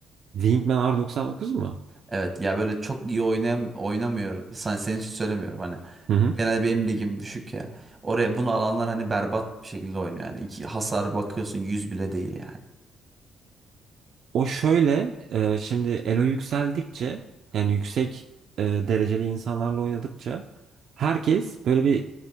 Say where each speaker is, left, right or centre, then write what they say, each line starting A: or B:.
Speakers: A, on the right; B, on the right.
A: Wingman R99 mu?
B: Evet ya böyle çok iyi oynayam oynamıyor. Sen, senin için söylemiyorum hani.
A: Hı hı.
B: Genelde benim ligim düşük ya. Oraya bunu alanlar hani berbat bir şekilde oynuyor. Yani İki hasar bakıyorsun yüz bile değil yani.
A: O şöyle e, şimdi elo yükseldikçe yani yüksek e, dereceli insanlarla oynadıkça herkes böyle bir